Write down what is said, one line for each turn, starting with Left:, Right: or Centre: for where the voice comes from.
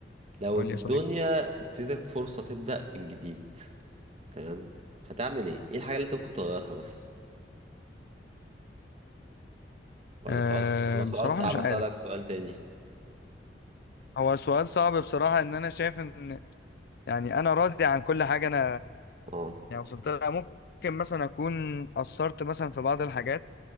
Right: لو
Left: قول
Right: الدنيا
Left: لي يا صديقي
Right: اديتك فرصة تبدأ من جديد تمام هتعمل ايه ايه الحاجة اللي انت ممكن تغيرها مثلا ولا
Left: أه
Right: سؤال ولا سؤال
Left: بصراحة
Right: صعب
Left: مش
Right: اسالك
Left: عارف
Right: سؤال تاني
Left: هو سؤال صعب بصراحة ان انا شايف ان يعني انا راضي عن كل حاجة انا
Right: اه
Left: يعني وصلت لها ممكن مثلا اكون قصرت مثلا في بعض الحاجات